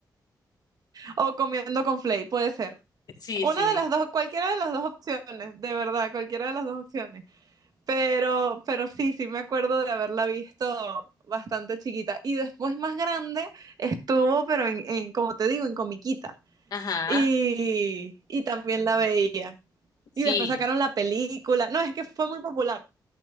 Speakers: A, on the right; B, on the left.
A: O comiendo con flay, puede ser.
B: sí,
A: Una
B: sí.
A: de las dos, cualquiera de las dos opciones, de verdad, cualquiera de las dos opciones. Pero, pero sí, sí me acuerdo de haberla visto bastante chiquita. Y después más grande estuvo, pero en, en, como te digo, en comiquita.
B: Ajá.
A: Y, y también la veía.
B: Sí.
A: Y después sacaron la película. No, es que fue muy popular.